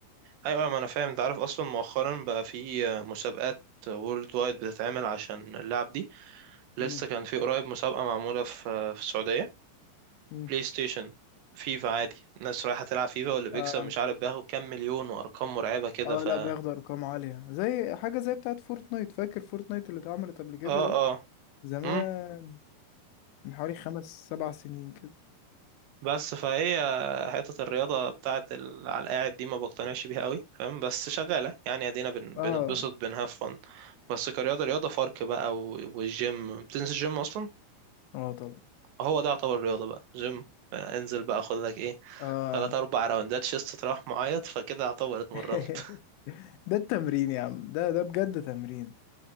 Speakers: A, on the right; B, on the left.
A: ايوه ما انا فاهم انت عارف اصلا مؤخرا بقى في مسابقات وورلد وايد بتتعمل عشان اللعب دي لسه
B: مم.
A: كان في قريب مسابقة معمولة في في السعودية
B: مم.
A: بلاي ستيشن فيفا عادي الناس رايحة تلعب فيفا واللي بيكسب
B: اه
A: مش عارف بياخد كام مليون وأرقام مرعبة كده
B: اه
A: ف اه
B: لا بياخدوا ارقام عالية زي حاجة زي بتاعت فورتنايت فاكر فورتنايت اللي اتعملت قبل كده
A: اه
B: دي زمان
A: مم.
B: من حوالي خمس سبع سنين كده
A: بس فهي حتة الرياضة بتاعت ال... على القاعد دي ما بقتنعش بيها قوي فاهم بس شغالة يعني ادينا بن...
B: اه
A: بنتبسط بنهاف فن بس كرياضة رياضة فرق بقى و... والجيم بتنزل جيم أصلا
B: اه طبعا
A: هو ده يعتبر رياضة بقى جيم انزل بقى خد لك ايه
B: اه
A: تلات أربع راوندات شيست تروح معيط فكده يعتبر اتمرنت
B: <laughs> ده التمرين يا عم ده ده بجد تمرين